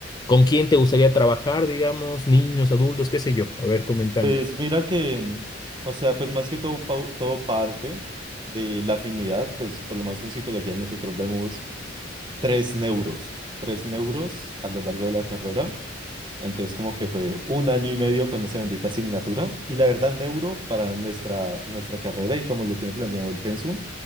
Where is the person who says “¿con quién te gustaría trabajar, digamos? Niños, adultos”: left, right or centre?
Left